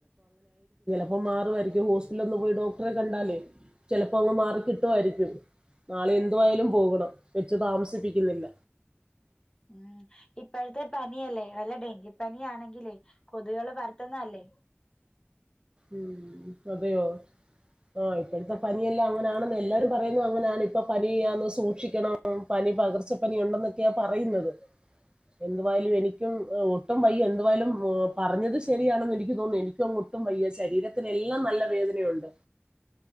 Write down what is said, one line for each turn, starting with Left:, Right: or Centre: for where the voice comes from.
Right: അപ്പ മാറുവായിരിക്കും ഹോസ്പിറ്റലുളൊക്കെ ഒന്ന് പോയി ഡോക്ടറെ കണ്ടാലേ ചിലപ്പോ അങ്ങ് മാറ കിട്ടുവായിരിക്കും നാളെ എന്തു ആയാലും പോകണം വെച്ച് താമസിപ്പിക്കുന്നില്ല
Left: മ ഇപ്പോഴത്തെ പനിയല്ലേ വല്ല ഡെങ്കിപനി പനിയാണെങ്കിലേ കൊതുകുകള് പരത്തുന്ന അല്ലേ
Right: ഉം അതെയോ ആഹ് ഇപ്പഴത്തെ
Left: അതെ
Right: പനിയെല്ലാം അങ്ങനാണെന്ന് ല്ലാരും പറയുന്നു അങ്ങനെയാണ് ഇപ്പൊ പനിയാന്ന് സൂക്ഷിക്കണം പനി പകർച്ചപ്പനി ഉണ്ടെന്നൊക്കെയാ പറയുന്നത്. എന്തുവായാലും
Left: ഉം
Right: എനിക്കും ഹ് ഒട്ടും വയ്യ എന്തുവായാലും മോ പറഞ്ഞത് ശരിയാണെന്ന് എനിക്ക് തോന്നുന്നു എനിക്കും അങ്ങൊട്ടും വയ്യ സ് ശരീരത്തിനെല്ലാം നല്ല വേദനയുണ്ട്.